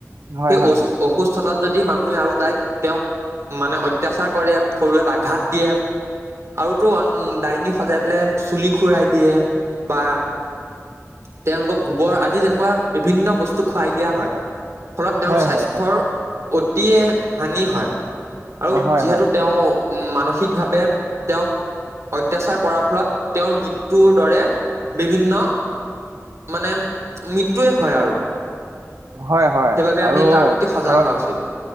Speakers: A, on the right (about 75°); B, on the right (about 60°).
A: হয়
B: সেই
A: হয়
B: অ
A: হয়
B: অসুস্থতাত যদি মানুহে আৰু তাইক তেওঁক মানে অত্যাচাৰ কৰে শৰীৰত আঘাত দিয়ে আৰুতো দাইন সজাই পেলাই চুলি খুৰাই দিয়ে বা তেওঁলোকক গোবৰ আদি তেনেকুৱা বিভিন্ন বস্তু খুৱাই দিয়া হয় ফলত তেওঁৰ
A: হয়
B: স্বাস্থ্যৰ
A: হয় হয়
B: অতি হানি হয়। আৰু
A: অ হয়
B: যিহেতু
A: হয়
B: তেওঁ উম মানসিকভাৱে তেওঁক অত্যাচাৰ কৰাৰ ফলত তেওঁৰ মৃত্যুৰ দৰে বিভিন্ন মানে মৃত্যুৱে হয় আৰু
A: হয়, হয়,
B: সেইবাবে
A: আৰু
B: আমি তাৰ প্ৰতি সজাগ
A: ধৰক
B: হোৱা উচিত